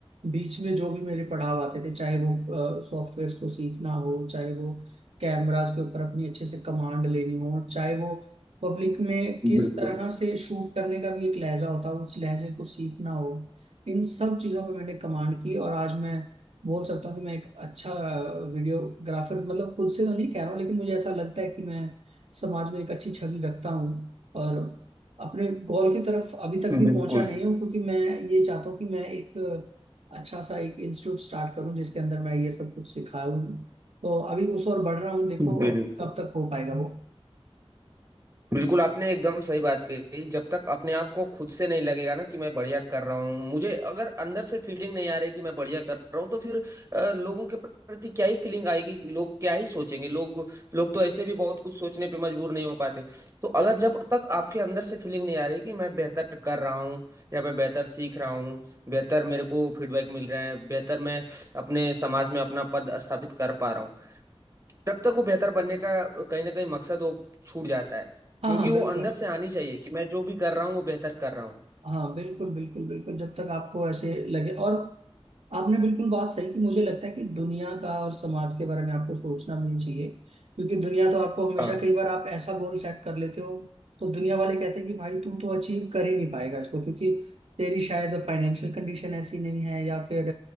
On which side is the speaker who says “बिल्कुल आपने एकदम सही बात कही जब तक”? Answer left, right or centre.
Right